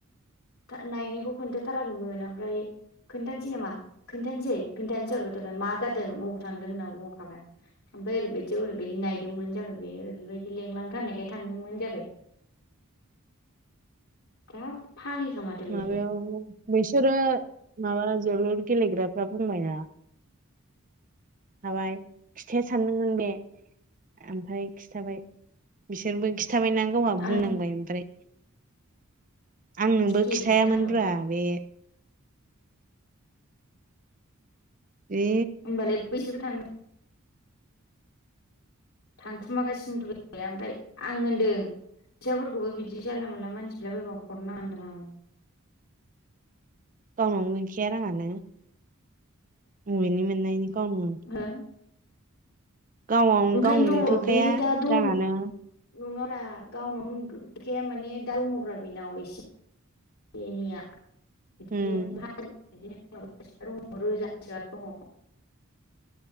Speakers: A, on the left (about 85°); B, on the right (about 40°).
A: था नायनायखौ खोन्थाथाराखैमोन ओमफ्राय। खोन्थानोसै नामा खोन्थानोसै खोन्थानोसै जाहरबाय थाबाय मा जादों बबाव थांदों होनना बुंहरखाबाय आं। ओमफ्राय ओरैबायदियाव ओरैबायदि नायदोंमोन जाबाय बे। बेबायदि लिंलांथारनायखाय थांदोंमोन जाबाय। दा फाग्लिखा माथो बेलाय
B: माबायाव बिसोरो माबा जोलुर गेलेग्राफ्रा बुंबायना। थाबाय खिथाया सानदोंमोन बे। आमफाय खिथाबाय बिसोरबो खि थाबायना गावहा बुंनांबाय
A: आंनो
B: ओमफ्राय। आंनोबो
A: टेबबो
B: खिथायामोनब्रा
A: नांगौ
B: बे। बे
A: होमबालाय बैसोरबो थां थांखुमागासिनोथ बियो ओमफाय आं होन्दों। फैसाफोरखौबो बिदि जानला मोनला मानसि बिला बायबा हरना होनदों आङो।
B: गावनावनो गैखाया राङानो। अबिनि मोननायनि गावनो
A: हो
B: गावनाव
A: ओंखायनोथ'
B: गावनोनो थोखाया
A: बे दा दं।
B: राङानो
A: नङारा गावनावनो गैया माने दा दङब्रा बिनाव एसे। से एनैया <unintelligible>
B: ओम
A: <unintelligible> दङ रोजासेआ दङ।